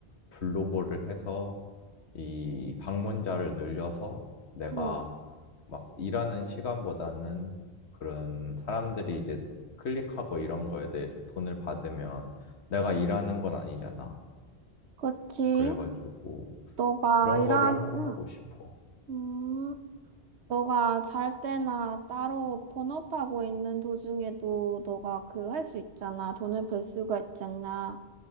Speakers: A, on the left; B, on the right.
A: 블로거를 해서 이 방문자를 늘려서 내가
B: 음,
A: 막 일하는 시간보다는 그런 사람들이 이제 클릭하고 이런 거에 대해서 돈을 받으면 내가 일하는 건 아니잖아.
B: 그치.
A: 그래가지고
B: 너가
A: 그런
B: 일한,
A: 거를 하나
B: 음,
A: 하고 싶어.
B: 음, 너가 잘 때나 따로 본업하고 있는 도중에도 너가 그 할 수 있잖아. 돈을 벌 수가 있잖아.